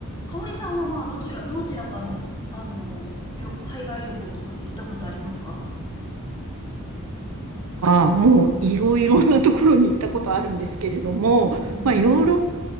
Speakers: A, on the left (about 20°); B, on the right (about 75°).
A: 香織さんはまあ、どちら、どちらかの、あの、りょ海外旅行とかって行ったことありますか
B: は、もういろいろなところに行ったことあるんですけれども、
A: おう。うんうんうん。
B: まあ、ヨーロッ